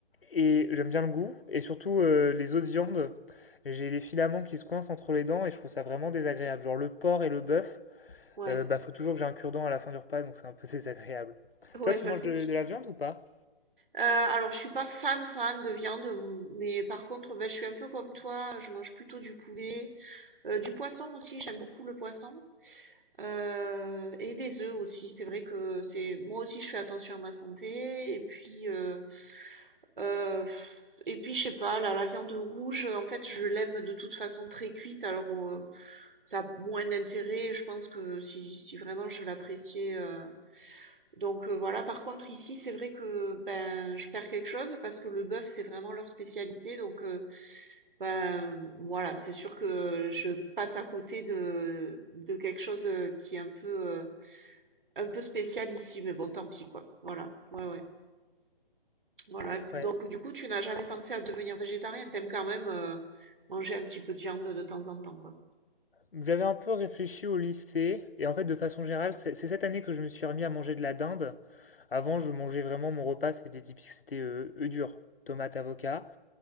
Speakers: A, on the left (about 70°); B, on the right (about 60°).
A: Et j'aime bien le goût. Et surtout, euh, les autres viandes, j'ai les filaments qui se coincent entre les dents et je trouve ça vraiment désagréable. Genre le porc et le bœuf,
B: ouais,
A: euh, bah faut toujours que j'ai un cure-dent à la fin du repas, donc c'est un peu <laughs> désagréable.
B: ouais,
A: Toi, tu
B: ça
A: manges
B: c'est
A: de,
B: sûr.
A: de la viande ou pas?
B: Euh, alors, je suis pas fan fan de viande, mais par contre, ben, je suis un peu comme toi, je mange plutôt du poulet, Euh, du poisson aussi, j'aime beaucoup le poisson. Heu et des œufs aussi. C'est vrai que c'est moi aussi je fais attention à ma santé et puis, heu heu et puis je sais pas, la la viande rouge, euh, en fait, je l'aime de toute façon très cuite alors, heu, ça a moins d'intérêt, je pense que si si vraiment je l'appréciais, heu donc, heu, voilà. Par contre ici, c'est vrai que, ben, je perds quelque chose parce que le bœuf, c'est vraiment leur spécialité donc, heu, ben, voilà, c'est sûr que je passe à côté de de quelque chose, qui est un peu, heu un peu spécial ici, mais bon, tant pis, quoi. Voilà, ouais, ouais. Voilà.
A: Ouais.
B: Donc, du coup, tu n'as jamais pensé à devenir végétarien. T'aimes quand même euh, manger un petit peu de viande de temps en temps, quoi.
A: J'avais un peu réfléchi au lycée, et en fait, de façon générale, c'est c'est cette année que je me suis remis à manger de la dinde. Avant, je mangeais vraiment mon repas, c'était typique, c'était euh, œufs durs, tomates, avocat.